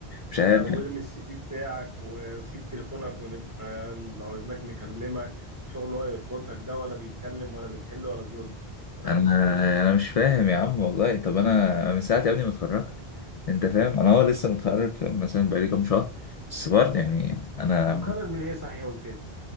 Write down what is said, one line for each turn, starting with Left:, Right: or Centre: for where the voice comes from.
Left: مش عارف
Right: آه، وارمي السي في بتاعك وسيب تليفونك ونبقى آه، لو عاوزناك نكلمك شغل هو يربطك ده ولا بيتكلم ولا بيحل ولا بيربط فاهم
Left: انا
Right: ازاي؟
Left: انا مش فاهم يا عم والله طب انا من ساعة يا ابني ما اتخرجت انت فاهم انا هو لسه متخرج فاهم مثلا بقالي كام شهر بس برضه يعني انا
Right: طب متخرج من ايه صحيح قلت لي؟